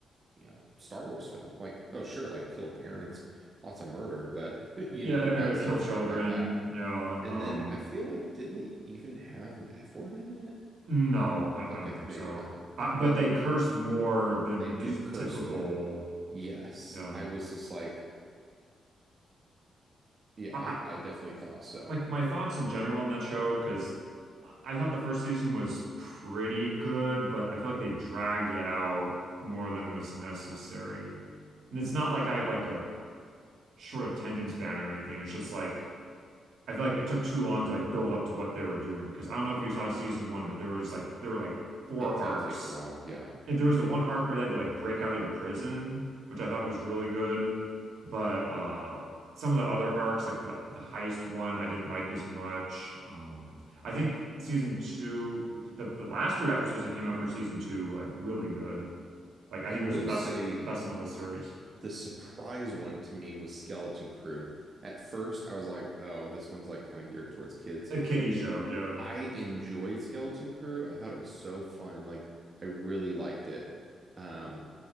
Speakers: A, on the right; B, on the right.
A: you know, Star Wars film. Like, oh, sure, like kill parents, lots of murder, but <laughs> you
B: Yeah,
A: know, you've
B: uh,
A: not
B: uh,
A: seen
B: kill
A: something
B: children.
A: like that.
B: Yeah.
A: And
B: Um,
A: then I feel like, didn't it even have an F word in it?
B: no, I, don't,
A: Okay,
B: I don't think
A: maybe
B: so.
A: not.
B: I, but
A: But
B: they curse more than
A: they do
B: is
A: curse
B: typical.
A: more. Yes.
B: Yeah.
A: I was just like, yeah,
B: I,
A: I,
B: I,
A: I definitely thought so.
B: like my thoughts in general on that show, because I thought the first season was pretty good, but I feel like they dragged it out more than was necessary. And it's not like I have like a short attention span or anything. It's just like I feel like it took too long to like build up to what they were doing. Because I don't know if you saw season one, but there was like there were like four
A: It did
B: arcs.
A: take a while. Yeah.
B: And there was the one arc where they had to like break out of the prison, which I thought was really good. But uh some of the other arcs, like the the heist one, I didn't like as much. Um I think season two, the, the last three episodes that came out for season two were like really good. Like I
A: I
B: think
A: will
B: it was the best
A: say
B: best in the whole series.
A: the surprise one to me was Skeleton Crew. At first, I was like, oh, this one's like kind of geared towards kids.
B: A kiddie show, yeah.
A: I enjoyed Skeleton Crew. I thought it was so fun. Like I really liked it. Um,